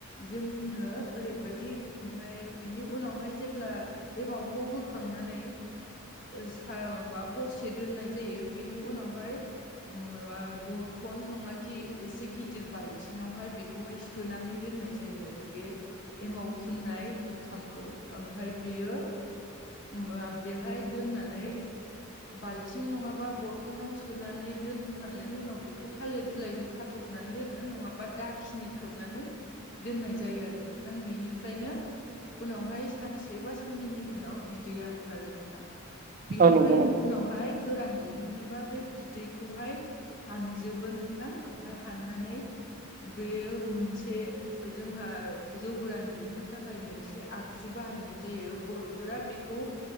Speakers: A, on the left (about 55°); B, on the right (about 40°).
A: जोंनो ओरैबायदि ओमफ्राय बिनि उनावहाय जेब्ला एमावखौ होखांनानै ओ सा माबा हरसे दोननाय जायो बिनि उनावहाय उम माबा बरथन नङा खि एसे गिदिर बाल्थिं आवहाय बेखौहाय सोनानै दोननाय जायो आरो बे एमाव फुननाय ओंखामखौ ओमफ्राय बेयो ओम ओ बेवहाय दोननानै बाल्थिं नङाबा बर्थनाव सोनानै दोनखांनायनि उनाव बेखौ थालिर बिलाइजों खाथबनानै दोनो नङाबा दाखिनि खोबनानै दोननाय जायो आरो नोंथां बेनिफ्रायनो उनावहाय सानसे बा साननैनि उनाव बिदैया ओंखारो नोंथां। बिनिफ्राय
B: औ नंगौ नोंथां
A: उनावहाय गोरान दिहुनोबा बे बिदै बेखौहाय हानजोबो नोंथां ओमफ्राय हाननानै बेयो मोनसे जोंहा जौ गोरान दिहुनो थाखाय मोनसे आगजु बाहायनाय जायो बर'फोरा बे खौ